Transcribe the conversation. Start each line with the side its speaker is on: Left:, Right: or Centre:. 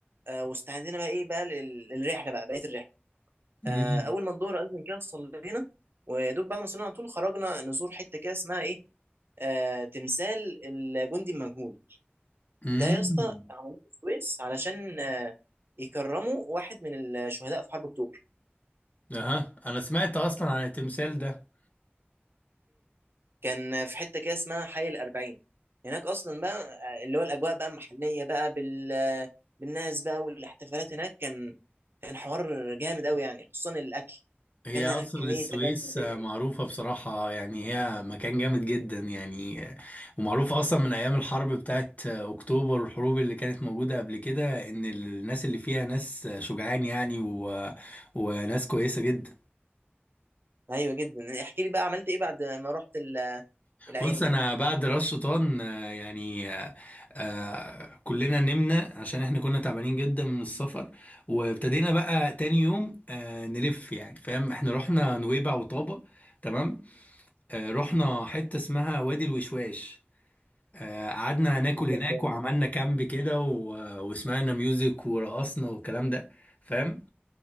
Right: آه، واستعدينا بقى ايه بقى لل- للرحله بقى بقيه الرحله
Left: امم
Right: آه، اول ما الظهر اذن كده صلينا ودوب بعد ما صلينا على طول خرجنا نزور حته كده اسمها ايه آه، تمثال الجندي المجهول
Left: امم
Right: ده يا اسطى عملوه في السويس علشان آه، يكرموا واحد من الشهداء في حرب اكتوبر
Left: اها انا سمعت اصلا عن التمثال ده
Right: كان في حته كده اسمها حي الأربعين هناك اصلا بقى اللي هو الاجواء بقى محليه بقى بال بالناس بقى والاحتفالات هناك كان كان حوار جامد قوي يعني خصوصا الاكل
Left: هي
Right: كان
Left: اصلا
Right: هناك كميه
Left: السويس
Right: اكلات شعبيه
Left: معروفه بصراحه يعني هي مكان جامد جدا يعني ومعروفه اصلا من ايام الحرب بتاعت اكتوبر والحروب اللي كانت موجوده قبل كده ان الناس اللي فيها ناس شجعان يعني و... وناس كويسه جدا
Right: ايوه جدا احكي لي بقى عملت ايه بعد ما رحت ال- العين
Left: بص
Right: دي
Left: انا بعد راس شيطان آه، يعني آه، آه، كلنا نمنا عشان احنا كنا تعبانين جدا من السفر وابتدينا بقى تاني يوم آه، نلف يعني فاهم احنا رحنا نويبع وطابة تمام آه، رحنا حتة اسمها وادي الوشواش آه، قعدنا هناكل
Right: يلا
Left: هناك
Right: تاني.
Left: وعملنا كامب كده و- وسمعنا ميوزك ورقصنا والكلام ده فاهم